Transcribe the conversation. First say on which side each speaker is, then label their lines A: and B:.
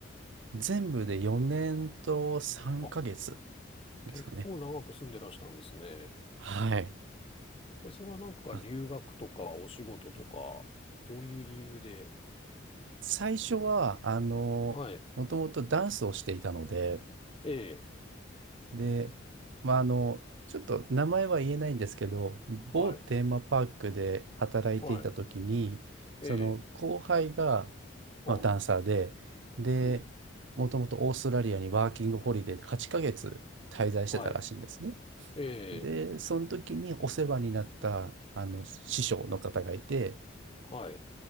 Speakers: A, on the right; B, on the left.
A: 全部で4年と3ヶ月
B: あ、
A: ですかね。
B: 結構長く住んでらしたんですね。
A: はい。
B: え、それはなんか留学とかお仕事とか、
A: あ
B: どういう理由で
A: 最初は、あの、
B: はい。
A: もともとダンスをしていたので、
B: ええ、
A: で、まあ、あの、ちょっと名前は言えないんですけど、某テーマパークで働いていた時に、
B: はい。はい。
A: その後輩が、
B: ええ、あ、
A: まあ、ダンサーで、で、
B: うん。
A: もともとオーストラリアにワーキングホリデーで8ヶ月滞在してたらしいんですね。
B: はい。え
A: で、
B: え、
A: その時にお世話になったあの師匠の方がいて、
B: はい。